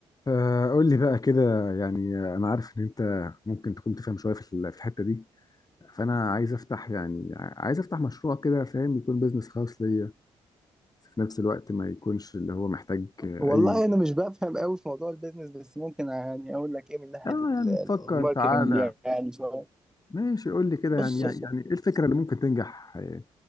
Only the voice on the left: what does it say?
آه، قول لي بقى كده يعني انا عارف ان انت ممكن تكون تفهم شويه في ال- في الحته دي فانا عايز افتح يعني ع- عايز افتح مشروع كده فاهم يكون بيزنس خاص ليا بس في نفس الوقت ما يكونش اللي هو محتاج آه،
اي
اه
يعني
نفكر
تعالى
ماشي قول لي كده
يعني يعني يعني ايه الفكره اللي ممكن تنجح آه،